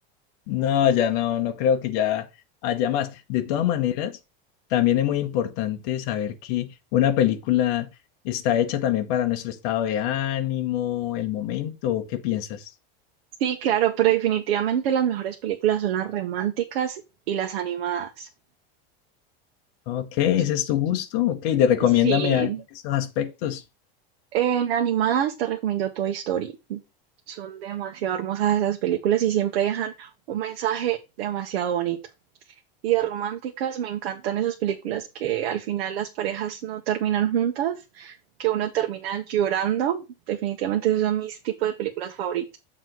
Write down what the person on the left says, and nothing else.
No, ya no, no creo que ya haya más. De todas maneras, también es muy importante saber que una película está hecha también para nuestro estado de ánimo, el momento, ¿o ¿qué piensas?
Ok, ese
es tu gusto, ok, de recomiéndame
algo en esos aspectos.